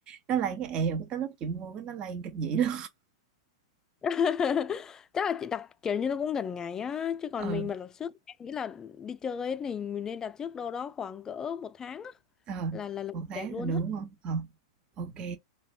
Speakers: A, on the right (about 35°); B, on the left (about 20°).
A: nó lên cái èo cái tới lúc chị mua cái nó lên kinh dị luôn.
B: <laughs> chắc là chị đặt kiểu như nó cũng gần ngày á chứ còn
A: Ờ,
B: mình mà đặt trước em nghĩ là đi chơi ấy thì mình nên đặt trước đâu đó khoảng cỡ một tháng á
A: ờ,
B: là là là
A: một tháng
B: đẹp luôn
A: là được
B: á
A: đúng không? Ờ, ok,